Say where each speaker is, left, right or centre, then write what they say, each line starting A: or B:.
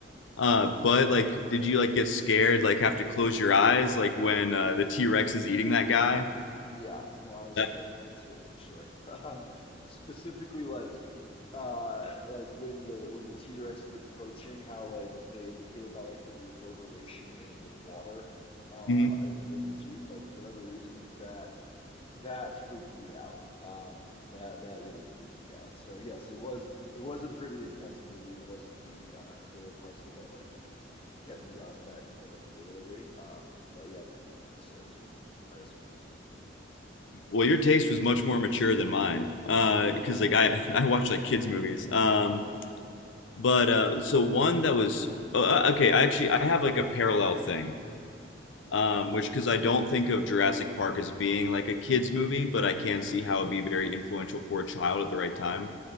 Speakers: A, on the left (about 75°); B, on the left (about 30°).
A: Uh, but like, did you like get scared? Like, have to close your eyes like when uh, the T-Rex is eating that guy?
B: Yeah, no, I was
A: That-
B: scared of parts of it for sure. <laughs> Um, specifically, like, uh, like when the when the T-Rex is approaching, how like they indicated by like the reverberation in the water, uh,
A: mhm.
B: in in the Jeep, like for whatever reason, like that That freaked me out. Um, that that really freaked me out. So yes, it was it was a pretty intense movie, and it was pretty. Uh, there were parts of it that like kept me up at night, like literally. Um, but yeah, man, the dinosaurs were dinosaurs were too cool.
A: Well, your taste was much more mature than mine. Uh, because like I <laughs> I watch like kids movies. Um, but uh, so one that was uh, uh, okay. I actually I have like a parallel thing. um, which because I don't think of Jurassic Park as being like a kids movie, but I can see how it'd be very influential for a child at the right time.